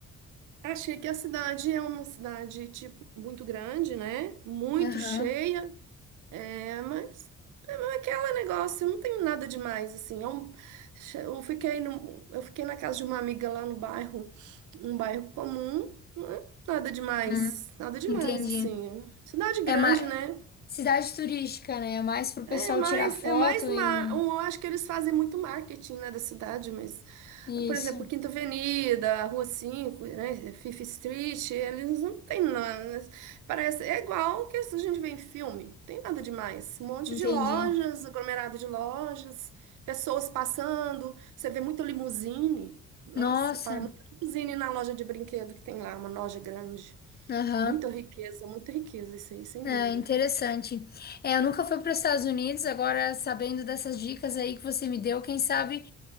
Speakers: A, on the right; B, on the left.
A: Achei que a cidade é uma cidade tipo muito grande, né? Muito
B: Aham.
A: cheia É, mas é mas aquele negócio, não tem nada demais, assim. É um- eu fiquei no, eu fiquei na casa de uma amiga lá no bairro, um bairro comum, né? Nada demais,
B: Hum,
A: nada demais,
B: entendi.
A: assim. Cidade grande,
B: É mais
A: né?
B: cidade turística, né? É mais pro
A: É
B: pessoal
A: mais,
B: tirar foto
A: é mais
B: e
A: mar... Eu acho que eles fazem muito marketing, né, da cidade, mas,
B: isso.
A: por exemplo, Quinta Avenida, Rua 5, né, Fifth Street, eles não tem nada. Parece, é igual o que a gente vê em filme, não tem nada demais. Um monte
B: Entendi.
A: de lojas, aglomerado de lojas, pessoas passando, você vê muita limusine. Nossa,
B: Nossa.
A: para muita limusine na loja de brinquedo que tem lá, uma loja grande.
B: Aham.
A: Muita riqueza, muita riqueza, isso aí, sem
B: É
A: dúvida.
B: interessante. É, eu nunca fui para os Estados Unidos, agora sabendo dessas dicas aí que você me deu, quem sabe